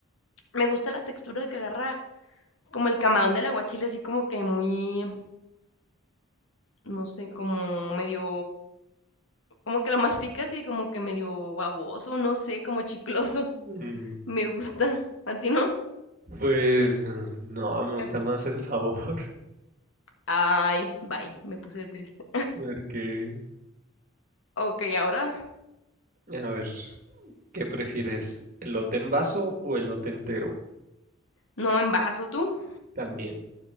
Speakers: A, on the left; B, on the right.
A: me gusta la textura que agarra como el camarón del aguachile, así como que muy, no sé, como medio, como que lo masticas y como que medio baboso, no sé, como chicloso.
B: Mm,
A: <laughs> Me gusta. ¿A ti no?
B: pues no, me gusta
A: Casi.
B: más el sabor. <laughs>
A: Ay, bye, me puse triste.
B: Porque,
A: Ok, ahora
B: a ver, ¿qué prefieres? ¿Elote en vaso o elote entero?
A: no envaso tú.
B: También.